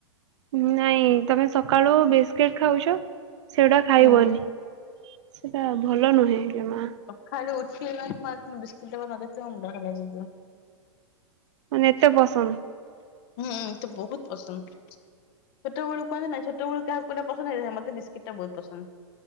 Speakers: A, on the right; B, on the left.
A: ନାଇଁ ତମେ ସକାଳୁ ବିସ୍କିଟ ଖାଉଛ। ସେଇଟା ଖାଇବନି
B: ହୁଁ।
A: ସେଟା ଭଲ ନୁହେଁ ଜମା।
B: ଖାଲି ଉଠିଲି ମାନେ ବିସ୍କୁିଟ୍ ଡାବା ନ ଦେଖିଲେ ମୋ ମୁଣ୍ଡ ଖରାପ ହେଇଯିବ।
A: ମାନେ ଏତେ ପସନ୍ଦ।
B: ହୁଁ ମୋତେ ବହୁତୁ ପସନ୍ଦ। ଛୋଟବଳୁ କୁହାଯାଏ ନାଁ ଛୋଟବଳୁ କାହାକୁ କୋଉଟା ପସନ୍ଦ ହେଲେ ମତେ ବିସ୍କିଟ ଟା ବହୁତୁ ପସନ୍ଦ।